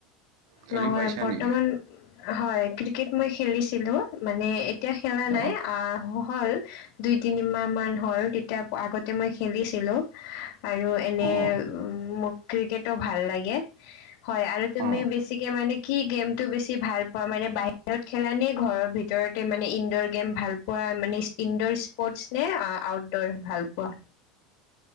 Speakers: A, on the right (about 85°); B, on the left (about 60°).
A: খেলি
B: নহয়
A: পাইছা
B: বৰ্তমান
A: নেকি?
B: হয় ক্ৰিকেট মই খেলিছিলো মানে এতিয়া খেলা নাই
A: অ',
B: আহ হল দুই তিনি মাহ হয় তেতিয়া আগত মই খেলিছিলো আৰু এনে
A: অ',
B: উ মোক ক্ৰিকেটো ভাল লাগে হয় আৰু তুমি
A: অ'।
B: বেছি মানে কি গেমতটো বেছি ভাল পোৱা মানে বাহিৰত খেলা নে ঘৰৰ ভিতৰতে মানে ইনডৰ গেম ভাল পোৱা মানে ইনডৰ স্পৰ্টচ নে আউটডৰ ভাল পোৱা